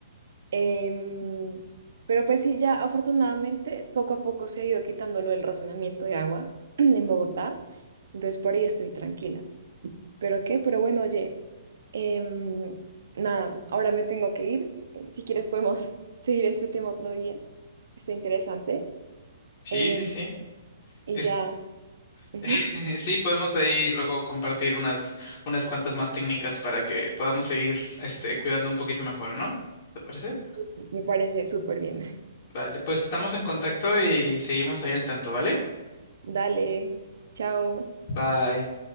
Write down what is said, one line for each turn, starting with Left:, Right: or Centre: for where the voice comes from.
Right: Em, pero pues sí, ya afortunadamente poco a poco se ha ido quitando lo del razonamiento de agua <clears throat> en Bogotá. Entonces por ahí estoy tranquila. ¿Pero qué? Pero bueno, oye, em, nada, ahora me tengo que ir. Eh, Si quieres podemos <laughs> seguir este tema otro día. Está interesante.
Left: Sí,
Right: Em,
Left: sí, sí.
Right: y
Left: Es-
Right: ya. ujú.
Left: <laughs> sí, podemos ahí luego compartir unas, unas cuantas más técnicas para que podamos seguir este, cuidando un poquito mejor, ¿no? ¿Te parece?
Right: Sí, Me parece súper bien.
Left: Vale, pues estamos en contacto y seguimos ahí al tanto, ¿vale?
Right: Dale, chao.
Left: Bye.